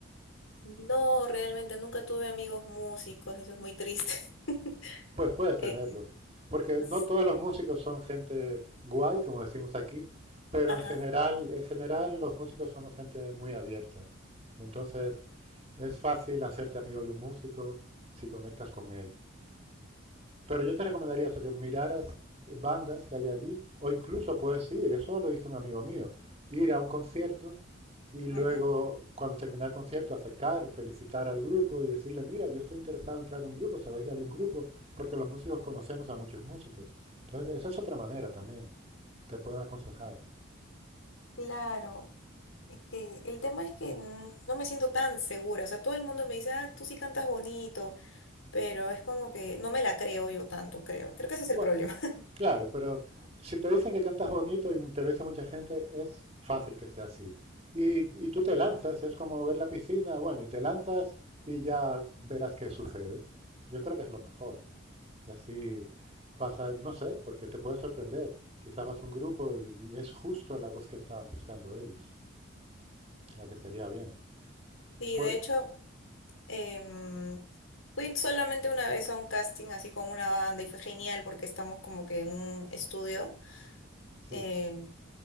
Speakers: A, on the left (about 80°); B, on the right (about 30°).
A: No, realmente nunca tuve amigos músicos, eso es muy triste. <laughs>
B: Pues puedes tenerlos,
A: Eh,
B: porque
A: es-
B: no todos los músicos son gente guay, como decimos aquí, pero
A: ajá,
B: en general, en general los músicos somos gente muy abierta. Y entonces Es fácil hacerte amigo de un músico si conectas con él. Pero yo te recomendaría eso, que miraras bandas que hay allí, o incluso puedes ir, eso lo hizo un amigo mío, ir a un concierto y luego,
A: ujú.
B: cuando terminar el concierto, acercar, felicitar al grupo y decirle, mira, yo estoy interesado en entrar en un grupo, ¿sabéis de algún grupo? Porque los músicos conocemos a muchos músicos. Entonces, esa es otra manera también, te pueden aconsejar.
A: Claro, es que el tema es que n- no me siento tan segura, o sea, todo el mundo me dice, ah, tú sí cantas bonito, pero es como que no me la creo yo tanto, creo. Creo que ese es
B: Bueno,
A: el problema. <laughs>
B: Claro, pero si te dicen que cantas bonito y te lo dice mucha gente, es fácil que sea así. Y, y tú te lanzas, es como ver la piscina, bueno, y te lanzas y ya verás qué sucede. Yo creo que es lo mejor. Y así pasa, no sé, porque te puede sorprender. Quizás vas a un grupo y, y es justo la voz que estaban buscando ellos, o sea, que sería bien.
A: Sí,
B: Pues
A: de hecho, em, fui solamente una vez a un casting así con una banda y fue genial porque estamos como que en un estudio.
B: sí,
A: em,